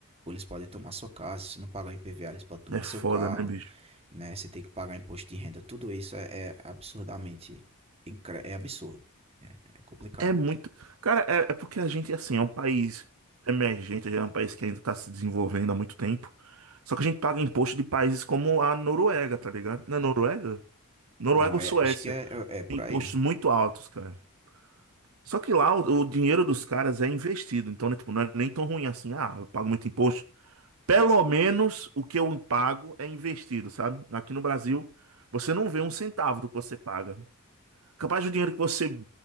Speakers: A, on the right; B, on the right.
A: eles podem tomar sua casa. Se você não pagar IPVA, eles podem tomar
B: é, foda,
A: seu carro.
B: né, bicho?
A: né? Você tem que pagar imposto de renda, tudo isso é, é absurdamente incre- é absurdo, é, é complicado.
B: É muito. Cara, é, é porque a gente, assim, é um país emergente, é um país que ainda tá se desenvolvendo há muito tempo. Só que a gente paga imposto de países como a Noruega, tá ligado? Na Noruega? Noruega
A: Não,
B: ou
A: é,
B: Suécia.
A: acho que é, é, é por
B: Tem impostos
A: aí.
B: muito altos, cara. Só que lá o, o dinheiro dos caras é investido, então, né, tipo, não é nem tão ruim assim. Ah, eu pago muito imposto. Pelo menos o que eu pago é investido, sabe? Aqui no Brasil, você não vê um centavo do que você paga. Capaz do dinheiro que você